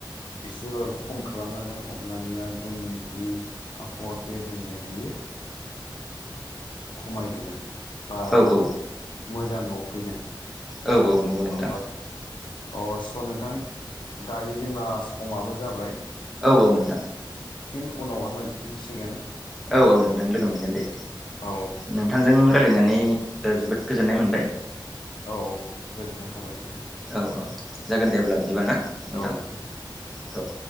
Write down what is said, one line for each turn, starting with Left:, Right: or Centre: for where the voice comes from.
Left: एसेबाबो खम खालामनांगोन अब्लानिया जोंनि जि आबहावा गेब्रेंनाय बियो खमायबोगोन बा
Centre: औ औ
Left: मोजाङाव फैगोन
Centre: औ औ नंगौ नोंथां
Left: अ अ स नोंथां दायो जोंना समाबो जाबाय
Centre: औ औ नोंथां
Left: फिन उनावहाय मोनफिनसिगोन
Centre: औ औ नोंथां लोगो मोनगोन दे
Left: औ
Centre: नोंथांजों रायज्लायनानै
Left: नोंथां
Centre: जोबोद गोजोननाय मोनबाय
Left: औ गोजोननाय थाबाय नोंथां
Centre: औ औ जागोन देब्ला बिदिबा ना नोंथां
Left: औ दे
Centre: औ